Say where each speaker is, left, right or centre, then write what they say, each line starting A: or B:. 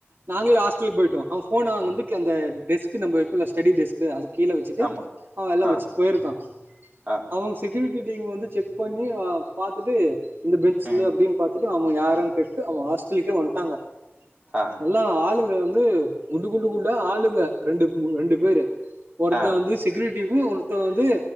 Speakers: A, on the right; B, on the right.
A: நாங்களு ஹாஸ்டலுக் போயிட்டோ அவ ஃபோன அங்க வந்து க அந்த டெஸ்க்கு நம்ப இருக்குல்ல ஸ்டடி டெஸ்க் கு அது கீழ வச்சுட்டு
B: ஆமா
A: அவ வெள்ல
B: ஆ
A: வச்சுட்டு போயிருக்கா
B: ஆ
A: அவங்க செக்யூரிட்டி டீம் வந்து செக் பண்ணி ஆ பாத்துட்டு இந்த பெஞ்சுல
B: ம்
A: அப்டின்னு பாத்துட்டு அவ யாருன் கேட்டு அவ ஹாஸ்டலுக்கே வந்ட்டாங்க
B: ஆ
A: நல்லா ஆளுங்க வந்து குண்டு குண்டு குண்டா ஆளுங்க ரெண்டு மூ ரெண்டு பேரு ஒருத்த
B: ஆ
A: வந்து செக்யூரிட்டி டீமு ஒருத் த வந்து